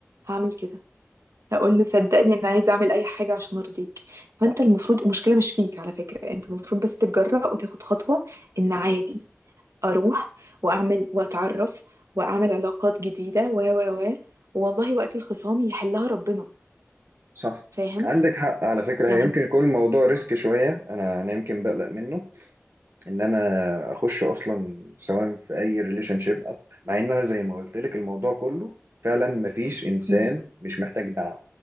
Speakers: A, on the right (about 75°); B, on the right (about 55°).
A: هعمل كده هقول له صدقني انا عايزه اعمل اي حاجه عشان ارضيك
B: صح
A: فانت المفروض المشكله مش فيك على فكره انت المفروض بس تتجرأ وتاخد خطوه ان عادي اروح واعمل واتعرف واعمل علاقات جديده و و و والله وقت الخصام يحلها ربنا
B: صح
A: فاهم
B: عندك حق على فكره
A: يعني
B: هي يمكن يكون الموضوع ريسك شويه انا انا يمكن بقلق منه ان انا اخش اصلا سواء في اي ريليشن شيب مع ان انا زي ما قلت لك الموضوع كله فعلا مفيش انسان
A: مم.
B: مش محتاج دعم